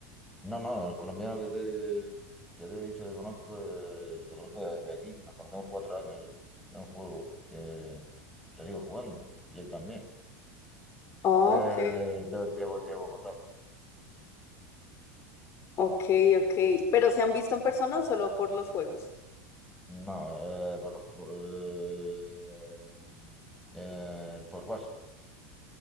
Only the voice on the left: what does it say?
Ok,
ok, ok. ¿Pero se han visto en persona o solo por los juegos?